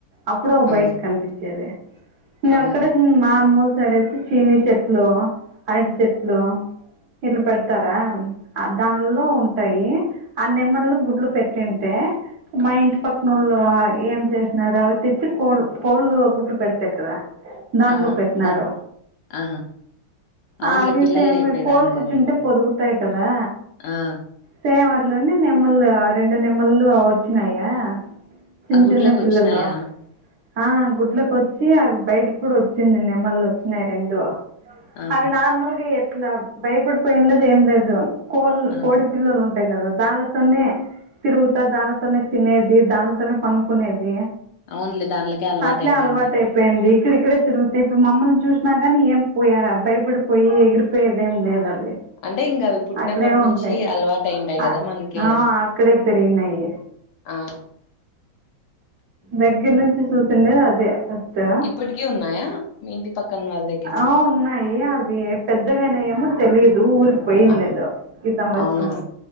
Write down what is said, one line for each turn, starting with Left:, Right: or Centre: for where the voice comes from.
Right: అప్పుడు
Left: ఆ
Right: బయట కనిపించేది ఇంగక్కడే
Left: అవును
Right: మా అమ్మోల్ సరే అయితే చిన చెట్లు అడు చెట్లు ఇళ పెడతారా ఆ దానిలో ఉంటాయి ఆ నెమ్మలో గుడ్లు పెట్టింటే మా ఇంటి పక్కనళ్ళు ఏం చేసినారు అవి తెచ్చి కో కోళ్ళు గుడ్లు పెడతయి కదా దాంలో
Left: ఆ
Right: పెట్టినరు
Left: దా ఆహా అవునులే
Right: ఆ ఆవి
Left: పిల్లలు
Right: సేమ్
Left: లేపేదానికనేమో
Right: కోలు కూర్చుంటే పొదుగుతాయి కదా
Left: ఆ
Right: సేమ్ లోనే నెమ్మలు రెండు నెమ్మలు వచ్చినయా చిన్
Left: ఆ గుడ్లకి
Right: చిన్న పిల్లలు
Left: వచ్చినాయా
Right: ఆ గుడ్లకోచ్చి అవి బయటకూడా వచ్చింది నెమ్మల్లు వచ్చినాయి రెండు
Left: ఆ
Right: అవి నార్మల్గా ఎట్లా భయపడిపోయి లేదు ఏం లేదు కోల్
Left: ఆ
Right: కోడి పల్లలు ఉంటాయి కదా దాళ్ళతోనే తిరుగుతా దాంతోనే తినేది దాళ్ళతోనే పనుకునేది
Left: అవునులే దానిలకే
Right: అట్లే
Left: అయిపోయింటాయి
Right: అలవాటు అయిపోయింది ఇక్కడిక్కడే తిరుగుతాయి ఇప్పుడు మమ్మల్ని చూస్ అదని ఏం పోయా భయపడిపోయి ఎగిరిపోయేదేం లేదు అవి
Left: అంటే ఇంగ అవి పుట్టినప్పటి
Right: అక్కడే
Left: నుంచి
Right: ఉంటాయి
Left: అలవాటు అయింటాయి
Right: ఆ,
Left: కదా మనకి
Right: ఆ, అక్కడే పెరిగినాయి
Left: ఆ
Right: దగ్గర్నుచి చూసిండేది అదే కదా
Left: ఇప్పటికీ ఉన్నాయా మీ ఇంటి పక్కన వాళ్ళ దగ్గర
Right: ఆ ఉన్నాయి అవి పెద్దగానే ఏమో తెలియదు ఊరికి పోయిన్
Left: ఆహా
Right: లేదు ఈ సంవత్సరం
Left: అవునా